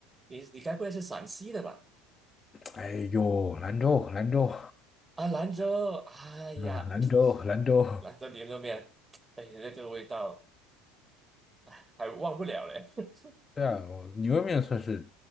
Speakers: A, on the right; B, on the left.
A: 你你该不会是陕西的吧？
B: 哎呦，兰州，兰州，
A: 啊，兰州，哎呀，
B: 嗯，兰州，兰州。
A: 兰州牛肉面，哎呀，那个味道，哎，还忘不了嘞。<laughs>
B: 对啊，我牛肉面算是，